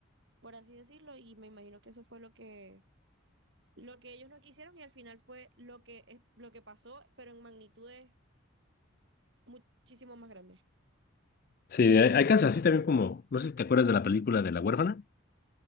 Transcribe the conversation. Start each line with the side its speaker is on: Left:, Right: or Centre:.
Right: por así decirlo. Y me imagino que eso fue lo que, lo que ellos no quisieron y al final fue lo que, es- lo que pasó, pero en magnitudes muchísimo más grandes.
Left: Sí, hay, hay casos así también como, no sé si te acuerdas de la película de La Huérfana,